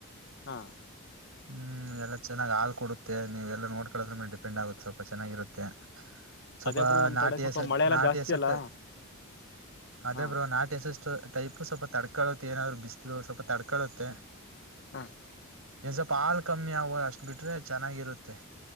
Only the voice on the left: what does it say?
ಹಾ
ಅದೇಬ್ರು ನಮ್
ಕಡೆ ಸ್ವಲ್ಪ
ಮಳೆ ಎಲ್ಲ
ಜಾಸ್ತಿ
ಅಲ್ಲ
ಹಾ
ಹೂಂ